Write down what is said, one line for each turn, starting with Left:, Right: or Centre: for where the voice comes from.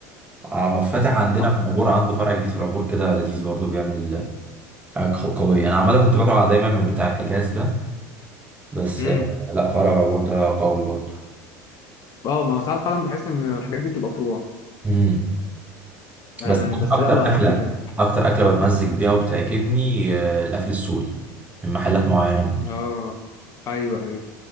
Right: عم فتح عندنا
Left: اكتر
Right: في العبور عنده فرع جديد في العبور كده لذيذ برضو بيعمل آه، ق- قوية أنا عامة كنت باكل على- دايما من بتاع الحجاز ده بس
Left: امم
Right: آه، لا فرع العبور ده قوي برضه
Left: اه ما هو ساعات فعلا بحس ان الحاجات دي بتبقى فروع
Right: مم.
Left: آه
Right: بس
Left: بس
Right: أكتر
Left: لا لا خطير
Right: أكلة
Left: يعني
Right: أكتر أكلة بتمزج بيها وبتعجبني آه، الأكل السوري من محلات معينة برضه
Left: اه ايوه ايوه